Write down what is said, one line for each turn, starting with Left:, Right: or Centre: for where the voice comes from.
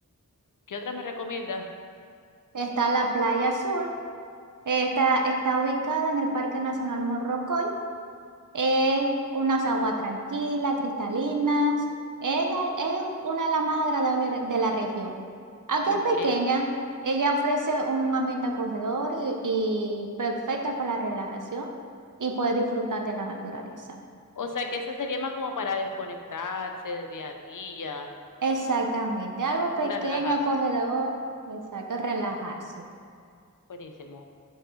Left: ¿Qué otra me recomiendas?
Right: Está la playa Azul. Esta está ubicada en el Parque Nacional Morrocoy Es unas aguas tranquilas, cristalinas. Es, al- es una de las más agradables de de la región. Aunque
Left: Ok.
Right: es pequeña, ella ofrece un ambiente acogedor y, y perfecto para la relajación y poder disfrutar de la naturaleza.
Left: O sea que esa sería más como para desconectarse del día a día,
Right: Exactamente, algo pequeño,
Left: para relajarse.
Right: acogedor, exacto, relajarse.
Left: Buenísimo.